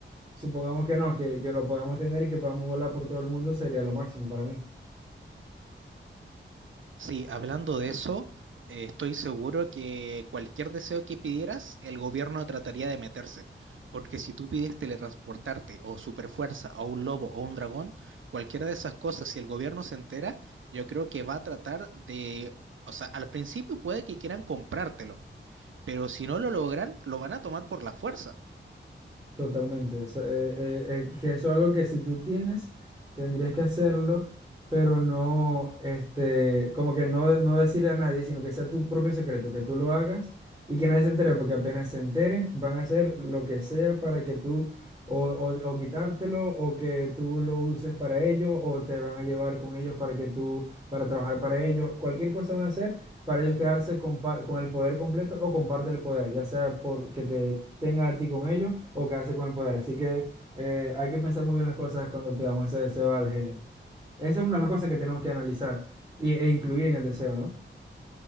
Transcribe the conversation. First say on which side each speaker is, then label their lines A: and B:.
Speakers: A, on the right (about 20°); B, on the right (about 75°).
A: supongamos que no, que, que lo podamos tener y que podamos volar por todo el mundo, sería lo máximo para mí.
B: Sí, hablando de eso, eh, estoy seguro que cualquier deseo que pidieras, el gobierno trataría de meterse. Porque si tú pides teletransportarte o superfuerza o un lobo o un dragón, cualquiera de esas cosas, si el gobierno se entera, yo creo que va a tratar de, o sea, al principio puede que quieran comprártelo, pero si no lo logran, lo van a tomar por la fuerza.
A: Totalmente. Eso, eh, eh, eh, que eso es algo que si tú tienes, tendrías que hacerlo, pero no, este, como que no, no decirle a nadie, sino que sea tu propio secreto, que tú lo hagas y que nadie se entere, porque apenas se enteren, van a hacer lo que sea para que tú, o, o, o quitártelo, o que tú lo uses para ellos, o te van a llevar con ellos para que tú, para trabajar para ellos, cualquier cosa van a hacer para ellos quedarse con, pa- con el poder completo o comparte el poder, ya sea por que te tenga a ti con ellos o quedarse con el poder. Así que eh, hay que pensar muy bien las cosas cuando pidamos ese deseo al genio. Esa es una de las cosas que tenemos que analizar y, e incluir en el deseo, ¿no?